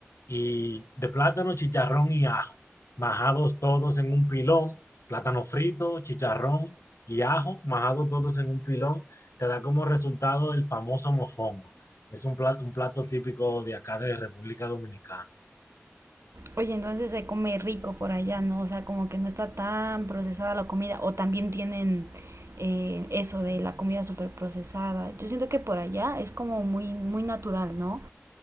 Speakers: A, on the left; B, on the right.
A: y de plátano, chicharrón y ajo, majados todos en un pilón, plátano frito, chicharrón y ajo, majados todos en un pilón, te da como resultado el famoso mofongo. Es un plato, un plato típico de acá de República Dominicana.
B: Oye, entonces se come rico por allá, ¿no? O sea, como que no está tan procesada la comida. O también tienen eh, eso de la comida súper procesada. Yo siento que por allá es como muy, muy natural, ¿no?